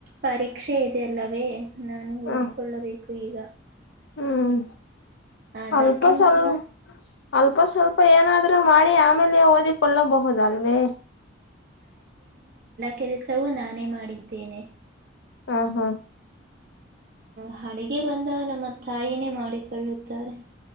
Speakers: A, on the right; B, on the left.
A: ಪರೀಕ್ಷೆ ಇದೆ ಅಲ್ಲವೇ ನಾನು
B: ಹ್ಮ
A: ಓದಿಕೊಳ್ಳಬೇಕು ಈಗ
B: ಹ್ಮ್
A: ಅದಕ್ಕೆ
B: ಅಲ್ಪ ಸ್ವಲ್ಪ್
A: ನಮ್ಮ
B: ಅಲ್ಪ ಸ್ವಲ್ಪ ಏನಾದ್ರು ಮಾಡಿ ಆಮೇಲೆ ಓದಿಕೊಳ್ಳಬಹುದಲ್ವೇ
A: ಕೆಲಸವು ನಾನೇ ಮಾಡಿದ್ದೇನೆ
B: ಹಾ ಹಾ
A: ಹ ಅಡಗೆ ಬಂದ ನಮ್ಮ ತಾಯಿನೇ ಮಾಡಿಕೊಳ್ಳುತ್ತಾರೆ.